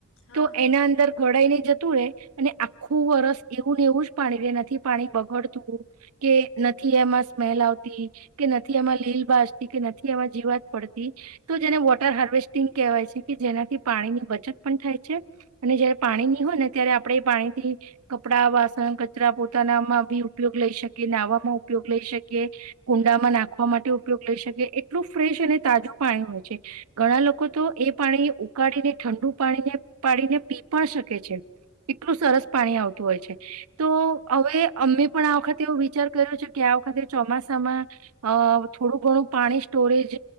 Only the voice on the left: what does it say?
હા
હા
ઓ